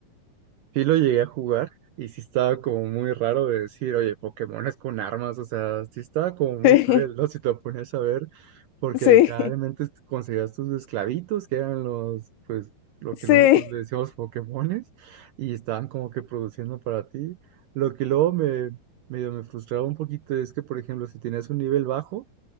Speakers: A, on the right; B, on the left.
A: Sí lo llegué a jugar y sí estaba como muy raro de decir, oye, Pokémon es con armas, o sea, sí estaba como muy
B: <laughs>
A: cruel, ¿no? Si te lo ponías a ver, porque
B: Sí,
A: literalmente
B: sí,
A: t- conseguías tus esclavitos, que eran los, pues, lo
B: sí,
A: que nosotros le decíamos Pokémones, y estaban como que produciendo para ti. Lo que luego me, medio me frustraba un poquito es que, por ejemplo, si tenías un nivel bajo,